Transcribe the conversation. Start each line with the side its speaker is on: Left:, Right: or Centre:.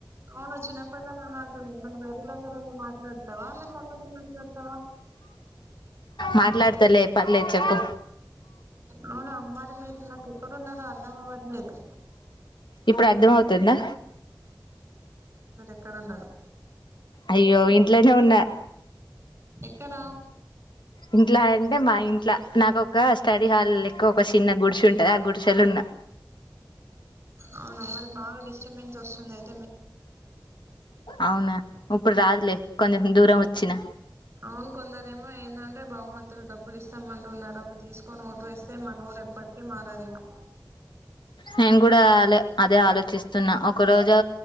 Right: అవును. చినప్పటి <unintelligible> గది దగ్గర ఉండి మాట్లాడు వాల్ల తర్వాత మాట్లాడుతవా
Left: మాట్లాడతలే ప లే చెప్పు
Right: అవునా మారి మీరు నాకు ఏక్కడున్నారో అర్థం అవట్లేదు.
Left: ఇప్పుడు అర్ధం అవుతుందా
Right: ఏక్కడున్నారు
Left: అయ్యో ఇంట్లనే ఉన్నా
Right: ఎక్కడా
Left: ఇంట్లా అంటే మా ఇం ఇట్లా నాకు ఒక స్టడీ హాల్ లేక్క ఒక చిన్న గుడిసే ఉంటది. ఆ గుడిసెల ఉన్నా
Right: అవున మారి బాగా డిస్టర్బెన్స్ వస్తుంది. ఆయితే
Left: అవునా ఇప్పుడు రాదులే కొంచెం దూరం వచ్చ వచ్చిన
Right: అవును కొందరేమో ఏందంటే బహుమతులు డబ్బులు ఇస్తామ అంటున్నారు అ తీసుకొని ఓట వేస్తే మన ఊరు ఎప్పటిక మారదు ఇగా
Left: నేను కూడా అలా అదే ఆలోచిస్త ఒక రోజు